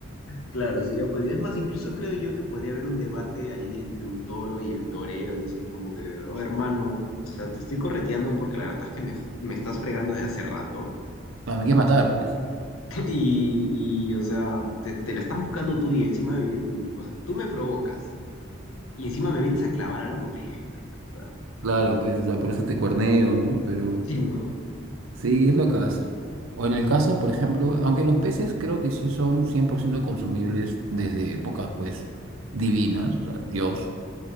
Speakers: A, on the left; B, on the right.
A: Claro, sería pues, es más, incluso creo yo que podría haber un debate ahí entre un toro y el torero, diciendo como que, oh hermano, o sea, te estoy correteando porque la verdad estás que me, ju- me estás fregando desde hace rato
B: Ah, me quieres matar, pues.
A: <laughs> y, y, o sea, te, te la estás buscando tú y encima, me- vi- me- o sea, tú me provocas y encima me vienes a clavar algo, no friegues, pues, ¿no? O sea,
B: Claro, pues, o sea, por eso te cuerneo, ¿no? Pero
A: sí, ¿no?
B: sí, es lo que hace. O en el caso, por ejemplo, aunque los peces creo que sí son 100% consumibles desde épocas, pues, divinas, o sea, Dios